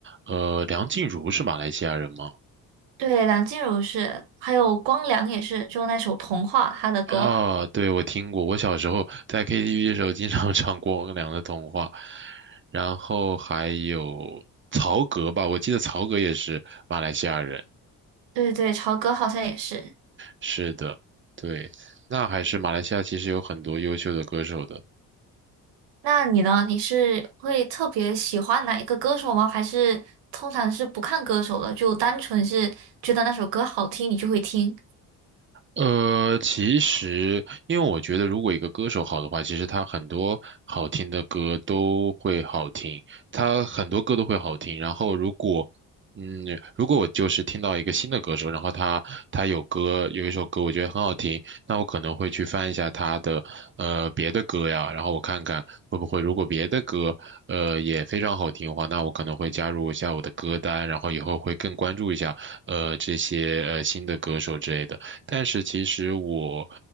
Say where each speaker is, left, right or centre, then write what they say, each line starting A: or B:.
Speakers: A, on the right; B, on the right.
A: 呃，梁静茹是马来西亚人吗？
B: 对，梁静茹是，还有光良也是，就那首《童话》他的歌。
A: 啊，对，我听过。我小时候在 KTV 的时候经常 <laughs> 唱《光良的童话》，然后还有曹格吧，我记得曹格也是马来西亚人。
B: 对对，潮歌好像也是。
A: 是的，对，那还是马来西亚其实有很多优秀的歌手的。
B: 那你呢？你是会特别喜欢哪一个歌手吗？还是通常是不看歌手的，就单纯是觉得那首歌好听，你就会听？
A: 呃，其实，因为我觉得，如果一个歌手好的话，其实他很多好听的歌都会好听，他很多歌都会好听。然后，如果，嗯，如果我就是听到一个新的歌手，然后他他有歌有一首歌我觉得很好听，那我可能会去翻一下他的呃别的歌呀，然后我看看会不会，如果别的歌呃也非常好听的话，那我可能会加入一下我的歌单，然后以后会更关注一下呃这些呃新的歌手之类的。但是其实我